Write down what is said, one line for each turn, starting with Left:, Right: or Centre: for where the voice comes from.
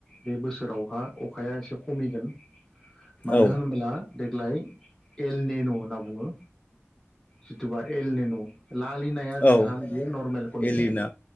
Centre: बे बोसोरावहा अखाया एसे खमिगोन मानो
Left: औ
Centre: होनोब्ला देग्लाय एलनेन' होनना बुङो जिथुबा एल नेन' लालिनाया जोंहा
Left: औ
Centre: बियो नर्मेल कन्डिसन
Left: एलिना